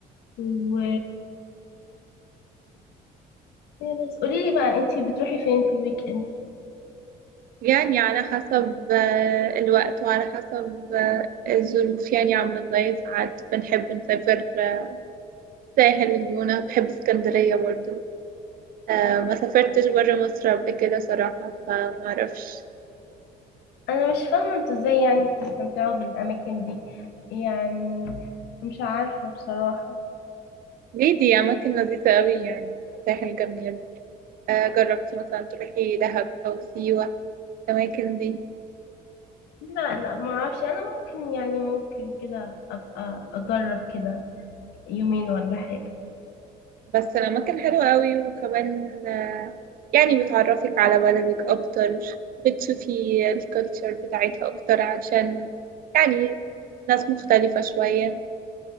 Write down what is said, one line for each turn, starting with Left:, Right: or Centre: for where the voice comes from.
Left: و إيه بس قولي لي بقى انتي بتروحي فين في الويك اند
Right: يعني على حسب آه، الوقت وعلى حسب آه، الظروف يعني عامله ازاي ساعات بنحب نسافر آه، ساحل الجونه بحب اسكندريه برضو آه، ما سافرتش برا مصر قبل كده صراحة فما اعرفش
Left: انا مش فاهمه انتوا ازاي يعني بتستمتعوا بالاماكن دي يعني مش عارفه بصراحه
Right: ليه دي أماكن لذيذة قوي يعني ساحل جميل آه جربتي مثلا تروحي دهب أو سيوة الأماكن دي
Left: لا لا ما اعرفش انا ممكن يعني ممكن كده ابقى اجرب كده يومين ولا حاجة
Right: بس الأماكن حلوة قوي وكمان آه يعني بتعرفك على بلدك أكتر بتشوفي الكالتشر بتاعتها أكتر عشان يعني ناس مختلفة شوية